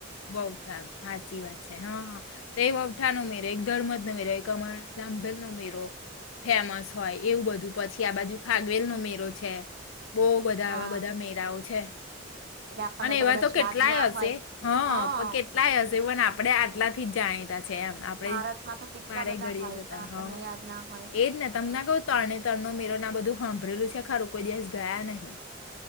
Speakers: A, on the left (about 75°); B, on the right (about 50°).
A: બહુઠા સાચી વાત છે હા તે બવઠા ન ઉ મેરો એક ધર્મ જ મેરે એક કમાં બલ નમેીરો ફેમસ હોય એવું બધું પછી આ બાજુ ફાગવેલ નો મેરો છે બહુ બધા
B: હા.
A: આવા બધા મેરાાઓ છે
B: એટલે આપણને
A: અને એવા
B: કદાચ
A: તો કેટલાય
B: યાદ ના
A: હશે
B: હોય.
A: હ
B: હા
A: પણ કેટલાય હશે પણ આપડે આટલાથી જ જાણીતા છે એમ આપડે
B: ભારતમાં તો કેટલા
A: મારે
B: બધા
A: ઘડીએ
B: હોય
A: જતા
B: પણ આપણને
A: હ
B: યાદ ના હોય
A: એજ ને તમને કઉ તરણે તરણ ન મેરો ના બધું સાંભળરેલું છે કોઈ દિવસ ગયા નહી